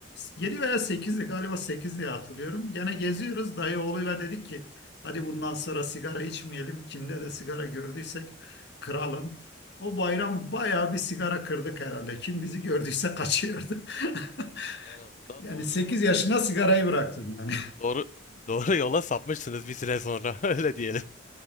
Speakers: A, on the left; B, on the left.
A: yedi veya 8'di galiba 8 diye hatırlıyorum. Gene geziyoruz dayı oğluyla dedik ki hadi bundan sonra sigara içmeyelim. Kimde de sigara gördüysek kıralım. O bayram bayağı bir sigara kırdık herhalde. Kim bizi gördüyse kaçıyordu. <laughs>
B: En azından
A: Yani
B: doğru
A: 8
B: yola sap
A: yaşına sigarayı
B: sa-
A: bıraktım yani.
B: doğru doğru yola sapmışsınız bir süre sonra <laughs> öyle diyelim.